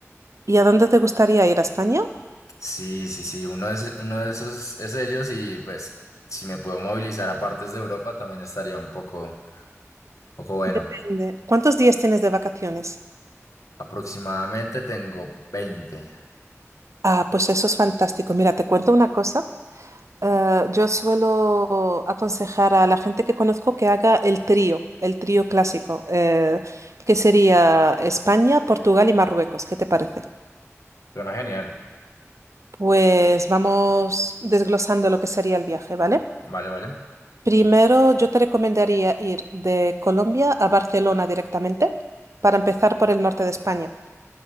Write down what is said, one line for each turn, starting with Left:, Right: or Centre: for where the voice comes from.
Right: ¿Y a dónde te gustaría ir? ¿A España?
Left: Sí, sí, sí, uno de, ese- uno de esos es ellos y pues si me puedo movilizar a partes de Europa también estaría un poco, poco bueno.
Right: Depende. ¿Cuántos días tienes de vacaciones?
Left: Aproximadamente tengo 20.
Right: Ah, pues eso es fantástico. Mira, te cuento una cosa. Eh, yo suelo aconsejar a la gente que conozco que haga el trío, el trío clásico, eh, que sería España, Portugal y Marruecos. ¿Qué te parece?
Left: Suena genial.
Right: Pues vamos desglosando lo que sería el viaje, ¿vale?
Left: Vale, vale.
Right: Primero, yo te recomendaría ir de Colombia a Barcelona directamente para empezar por el norte de España.